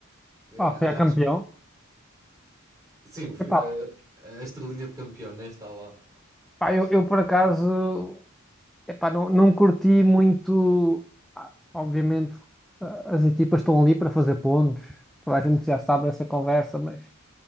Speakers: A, on the right; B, in the centre.
A: eh,
B: pá,
A: arrasca.
B: foi a campeão.
A: Sim, o fi-
B: Epá,
A: eh, a estrelinha de campeão, né, está lá.
B: pá, eu, eu por acaso, epá, não, não curti muito. Ah, Obviamente, ah, as equipas estão ali para fazer pontos. Toda a gente já sabe essa conversa, mas